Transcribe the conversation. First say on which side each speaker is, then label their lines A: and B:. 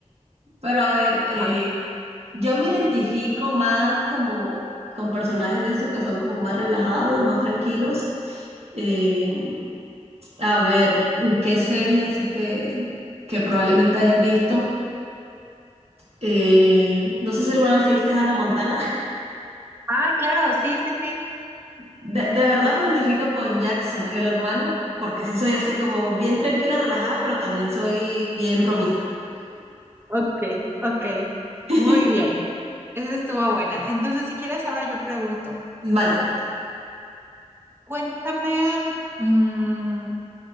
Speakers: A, on the right (about 60°); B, on the right (about 20°).
A: Pero a ver, eh,
B: Ah,
A: yo me identifico más como con personajes de estos que son como más relajados, más tranquilos. Eh, a ver, ¿qué serie así que, que probablemente hayas visto? Eh, no sé si alguna vez te viste Hannah Montana. <laughs>
B: ah, claro, sí, sí, sí.
A: De, de verdad me identifico con Jackson, el hermano, porque sí soy así como bien tranquila, relajada, pero también soy bien bromista.
B: Ok, ok.
A: <laughs>
B: Muy bien, esa estuvo buena. Entonces, si quieres, ahora yo pregunto,
A: Vale,
B: cuéntame, mm,